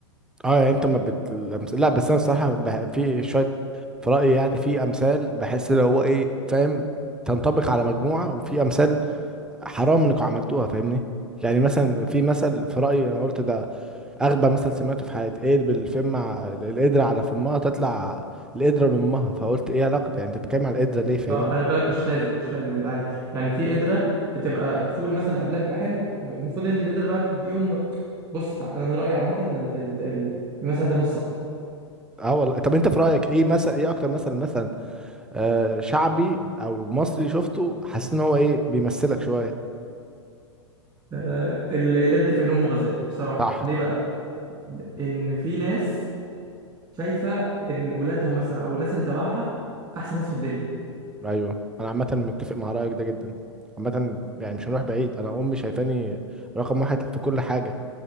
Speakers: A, in the centre; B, on the right.
A: اه يعني انت ما بت... الأمس- لا بس انا الصراحة بح... في شوية في رأيي يعني في امثال بحس لو هو ايه فاهم تنطبق على مجموعة وفي امثال حرام انكم عملتوها فاهمني يعني مثلا في مثل في رأيي انا قلت ده اغبى مثل سمعته في حياتي ايه بالفم ع- القدرة على فمها تطلع القدرة لامها فقلت ايه علاقة يعني انت بتتكلم على القدرة ليه فاهمني
B: لا، خلي بالك مش لازم مش لازم يعني يعني في قدره بتبقى الفول مثلا قبلها بيبقى حلو المفروض ان القدره اللي بعد دي ام بص انا من رايي عامه ال- ال- ال- المثل ده مش صح
A: اه والله طب انت في رايك ايه مثلا ايه اكتر مثلا مثلا آه شعبي او مصري شفته حسيت ان هو ايه بيمثلك شويه
B: آه، ال- القرد في عين امه غزال بصراحه
A: صح
B: ليه بقى ان في ناس شايفه ان ولادها مثلا او الناس اللي تبعها احسن ناس في الدنيا
A: ايوه انا عامه متفق مع رايك ده جدا عامه يعني مش هنروح بعيد انا امي شايفاني رقم واحد في كل حاجه